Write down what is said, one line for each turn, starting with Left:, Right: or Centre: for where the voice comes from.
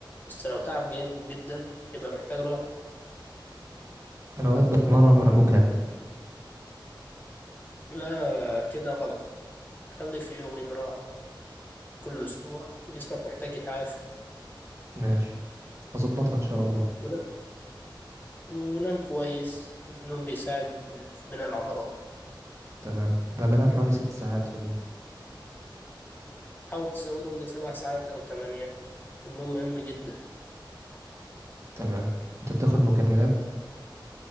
Left: بس لو تعب جامد جدا يبقى محتاج راحة
Right: أنا أوقات بتمرن وأنا مجهد
Left: لا كده غلط خلي في يومين راحة كل أسبوع جسمك محتاج يتعافى
Right: ماشي هظبطها إن شاء الله
Left: ون- ونام كويس النوم بيساعد في بناء العضلات
Right: تمام أنا بنام حوالي ست ساعات في اليوم
Left: حاول تزودهم لسبع ساعات أو تمانية النوم مهم جدا
Right: تمام أنت بتاخد مكملات